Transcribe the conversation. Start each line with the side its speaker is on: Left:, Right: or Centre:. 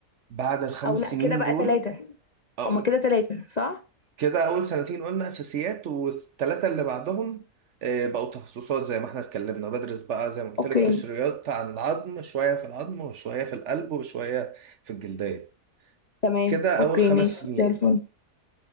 Right: بعد الخمس
Left: او لا
Right: سنين
Left: كده بقى
Right: دول
Left: تلاتة
Right: أو-
Left: هما كده تلاتة صح
Right: كده أول سنتين قلنا أساسيات والثلاثة اللي بعدهم آه، بقوا تخصصات زي ما احنا اتكلمنا بدرس بقى زي ما قلت
Left: اوكي
Right: لك قشريات عن العظم شوية في العظم وشوية في القلب وشوية في الجلدية
Left: تمام
Right: كده
Left: اوكي
Right: أول خمس
Left: ماشي
Right: سنين
Left: زي الفل